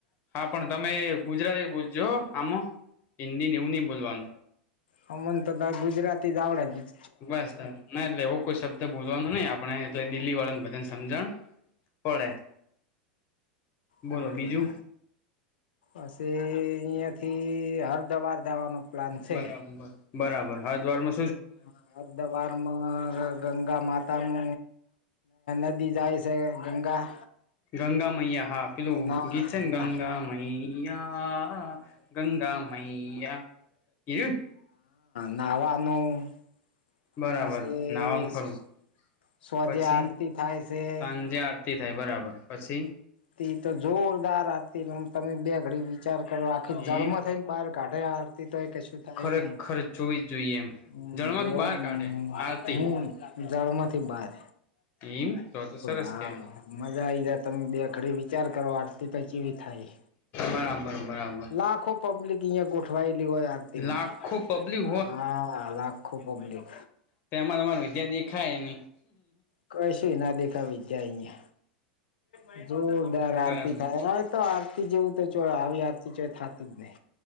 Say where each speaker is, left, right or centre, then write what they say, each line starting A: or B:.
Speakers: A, on the left (about 45°); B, on the left (about 80°).
A: હા પણ તમે ગુજરાતી બોલજો આમ હિન્દી, ને એવું નહ બોલવાનુ
B: હમ, તો તો ગુજરાતી જ આવડાે જ
A: નાટ કોઈ શબ્દ બોલવાનો નહી, આપણે એટલે દિલ્હી વાળાને બધાને સમજણ પડે બોલો
B: હટ, પછી
A: બીજું
B: અહિયા થી, હરદ્વાર જવાનો પ્લાન છે.
A: બરાબર બરાબર હા, દ્વારમા
B: હ, અર્ધ વરમા ગંગા માતા નુ નદી જાય છે, ગગા
A: ગંગા મૈયા હા, પેલું
B: ના
A: ગીત છેન, ગંગા મૈયા હા, ગંગા મૈયા હીરુ
B: નાવાનુ પછી
A: બરાબર નાવાનું ખરું
B: સોજે
A: પછી
B: આરતી થાય
A: સાંજે આરતી થાય બરાબર પછી
B: છે. તો જોરદાર આતી, તમે બે ઘડી વિચાર કરો આખી જળમાં
A: એમ
B: થઈ ને બહાર ગાઢે હડતી, તો એ કશું થાય
A: ખરેખર
B: નહી
A: જોવી જ જોઈએ એમ
B: હમ,
A: જળમાંથી
B: રોવાનું
A: બહાર કાઢે
B: હ
A: આરતી
B: હ- જળ માંથી બાર
A: એમ તો તો સરસ
B: હા,
A: કેવાય
B: મજા આઈ જ તમે બે વિચાર, કરો આરતી પ જેવી થાય
A: બરાબર બરાબર
B: લાખો પબ્લિક અ ગોઠવાયેલી હોય, આરતીમા
A: લાખો પબ્લિક
B: હા લખું પબ્લિક
A: તોમાં તમાર વિજ્યા દેખાય ન
B: કઈ સુુ, ના દેખાવી જાય અ જોરદાર આરતી
A: બરાબર
B: થાય હોય, તો આરતી જેવુ તો આવી આરતી ચય થતી જ નહી.